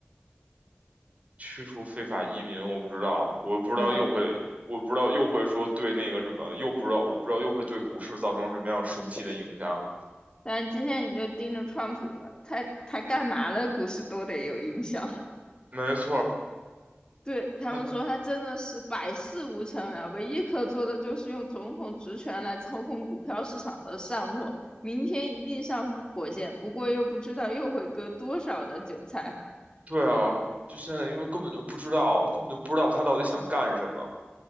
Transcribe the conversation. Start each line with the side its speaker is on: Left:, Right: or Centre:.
Right: 驱除非法移民，我不知道，我不知道又会，
Left: 嗯。
Right: 我不知道又会说对那个什么，又不知道，我不知道又会对股市造成什么样神奇的影响。
Left: 但是今天你就盯着川普吧，他他干嘛了，股市都得有影响。<laughs>
Right: 没错儿，
Left: 对他们说，
Right: 他，
Left: 他真的是百事无成啊，唯一可做的就是用总统职权来操控股票市场的上落。明天一定上升火箭，不过又不知道又会割多少的韭菜。
Right: 对啊，就现在，因为根本就不知道，根本就不知道他到底想干什么。